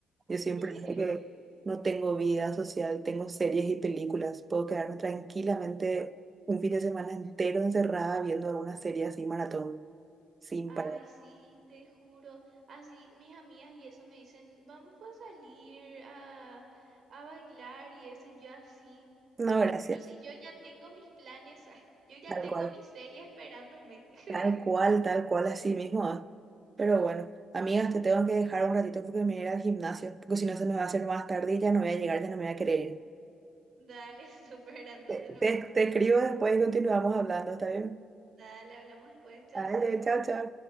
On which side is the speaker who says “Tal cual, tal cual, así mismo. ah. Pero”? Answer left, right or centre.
Right